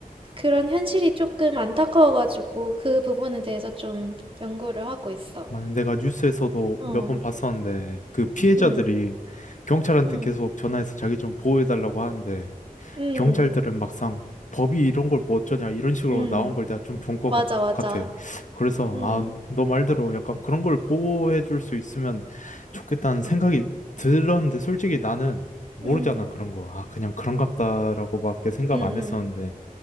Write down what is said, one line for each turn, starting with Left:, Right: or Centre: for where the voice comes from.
Right: 그런 현실이 조금 안타까워가지고 그 부분에 대해서 좀 연구를 하고 있어.
Left: 많은 내가 뉴스에서도
Right: 어,
Left: 몇 번 봤었는데 그 피해자들이
Right: 음,
Left: 경찰한테
Right: 음,
Left: 계속 전화해서 자기 좀 보호해달라고 하는데
Right: 음,
Left: 경찰들은 막상 법이 이런 걸 뭐 어쩌냐 이런 식으로
Right: 음.
Left: 나온 걸 내가 좀 본 것
Right: 맞아, 맞아.
Left: 같아. 그래서
Right: 음,
Left: 아, 너 말대로 약간 그런 걸 보호해 줄 수 있으면 좋겠다는 생각이 들었는데 솔직히 나는 모르잖아
Right: 음,
Left: 그런 거. 아, 그냥 그런갑다라고밖에 생각
Right: 음, 음.
Left: 안 했었는데